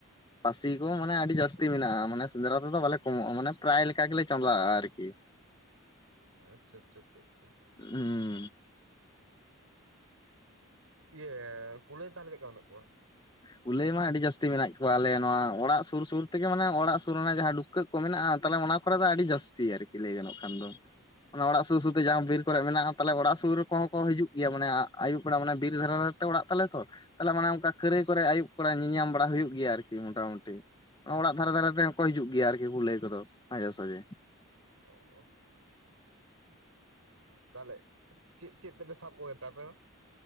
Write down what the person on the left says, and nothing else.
ᱯᱟᱹᱥᱤ ᱠᱚ ᱢᱟᱱᱮ
ᱟᱹᱰᱤ ᱡᱟᱹᱥᱛᱤ ᱢᱮᱱᱟᱜᱼᱟ ᱢᱟᱱᱮ ᱥᱮᱸᱫᱽᱨᱟᱼᱼ ᱯᱩᱨᱟᱹ ᱫᱚ ᱵᱟᱞᱮ ᱠᱚᱢᱚᱜᱼᱟ ᱢᱟᱱ ᱯᱨᱟᱭ ᱞᱮᱠᱟ ᱜᱮᱞᱮ ᱪᱟᱞᱟᱜᱼᱟ ᱟᱨ ᱠᱤ᱾
ᱦᱩᱸ᱾
ᱠᱩᱞᱟᱹᱭ ᱢᱟ ᱟᱹᱰᱤ ᱡᱟᱹᱥᱛᱤ ᱢᱮᱱᱟᱜ ᱠᱚᱣᱟ ᱟᱞᱮ ᱱᱚᱣᱟ ᱚᱲᱟᱜ ᱥᱩᱨ ᱥᱩᱨ ᱛᱮᱜᱮ ᱢᱟᱱᱮ ᱚᱲᱟᱜ ᱥᱩᱨ ᱨᱮᱱᱟᱜ ᱡᱟᱦᱟᱸ ᱞᱩ᱾ ᱴᱩᱢᱠᱟᱹᱭ ᱠᱚ ᱢᱮᱱᱟᱜᱼᱟ ᱛᱟᱦᱞᱮ ᱚᱱᱟ ᱠᱚᱨᱮ ᱫᱚ ᱟᱹᱰᱤ ᱡᱟᱹᱥᱛᱤ ᱟᱨᱠᱤ ᱞᱟᱹᱭ ᱜᱟᱱᱚᱜ ᱠᱷᱟᱱ ᱫᱚ᱾ ᱚᱱᱟ ᱚᱲᱟᱜ ᱥᱩᱨ ᱥᱩᱨ ᱛᱮ ᱡᱟᱦᱟᱸ ᱵᱤᱨ ᱠᱚᱨᱮ ᱢᱮᱱᱟᱜᱼᱟ᱾ ᱛᱟᱦᱚᱞᱮ ᱚᱲᱟᱜ ᱥᱩᱨ ᱠᱚᱦᱚᱸ ᱠᱚ ᱦᱤᱡᱩᱜ ᱜᱮᱭᱟ ᱢᱟᱱᱮ ᱟᱹᱭᱩᱵ ᱵᱮᱲᱟ ᱢᱟᱱᱮ ᱵᱤᱨ ᱫᱷᱟᱨᱮ
ᱫᱷᱟᱨᱮ ᱛᱮ
ᱚᱲᱟᱜ᱾ ᱛᱟᱞᱮ ᱛᱚ ᱛᱟᱦᱞᱮ ᱢᱟᱱᱮ ᱚᱱᱠᱟ ᱠᱷᱟᱹᱨᱟᱹᱭ ᱠᱚᱨᱮ ᱟᱹᱭᱩᱵ ᱵᱮᱲᱟ ᱧᱮᱞ ᱧᱟᱢ ᱵᱟᱲᱟ ᱦᱩᱭᱩᱜ ᱜᱮᱭᱟ ᱟᱨᱠᱤ ᱢᱚᱴᱟ ᱢᱩᱴᱤ ᱚᱲᱟᱜ
ᱫᱷᱟᱨᱮ ᱫᱷᱟᱨᱮ᱾ ᱱᱚᱝᱠᱟ ᱛᱮᱦᱚᱸ ᱠᱚ ᱦᱤᱡᱩᱜ ᱜᱮᱭᱟ ᱟᱨᱠᱤ ᱠᱩᱞᱟᱹᱭ ᱠᱚᱫᱚ ᱢᱟᱡᱷᱮ ᱥᱟᱡᱷᱮ᱾